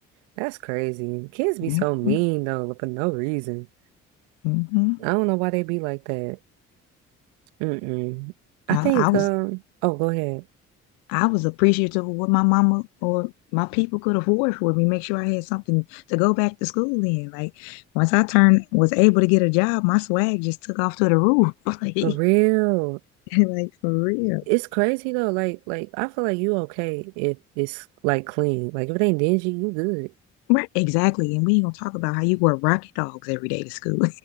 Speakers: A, on the right; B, on the left.
A: That's crazy. Kids be
B: Mm-hmm.
A: so mean though, for no reason.
B: mm-hmm.
A: I don't know why they be like that. Mm-mm. I
B: I,
A: think
B: I was
A: um oh go ahead.
B: I was appreciative of what my mama or my people could afford for me, make sure I had something to go back to school in. Like once I turned was able to get a job, my swag just took off to the roof. <laughs> like,
A: For real.
B: like for real.
A: It's crazy though. Like like I feel like you okay if it's like clean. Like if it ain't dingy, you good.
B: Right, exactly. And we ain't gonna talk about how you wear rocket dogs every day to school.